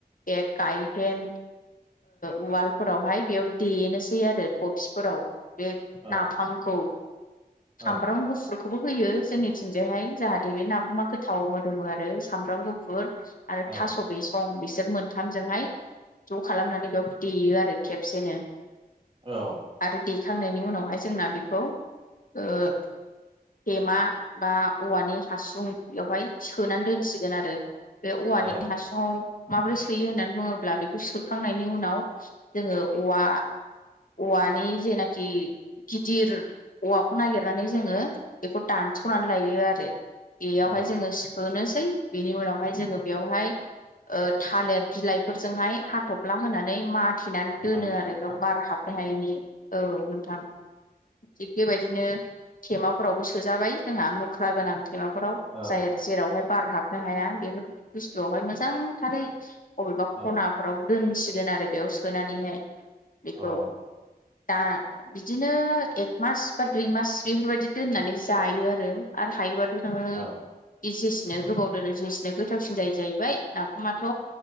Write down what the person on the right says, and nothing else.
औ
औ
औ
औ
औ
औ
ना फियोना
अ
औ
औ
अ
औ